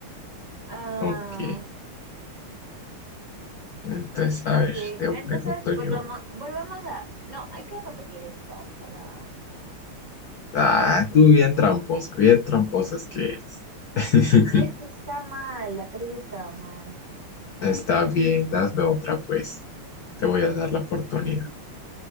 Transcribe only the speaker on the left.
Ok. Entonces, a
ver, te
pregunto
yo.
Ah,
tú bien tramposa, bien tramposa es que eres. <laughs>
Está bien,
dame otra pues. Te voy a dar la oportunidad.